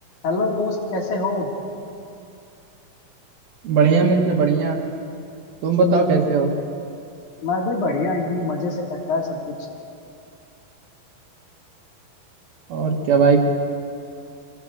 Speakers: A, on the left (about 60°); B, on the right (about 75°).
A: हेलो दोस्त कैसे हो
B: बढ़िया मित्र बढ़िया तुम बताओ कैसे हो
A: मैं भी बढ़िया ही हूँ मजे से कट रहा है सब कुछ
B: और क्या भाई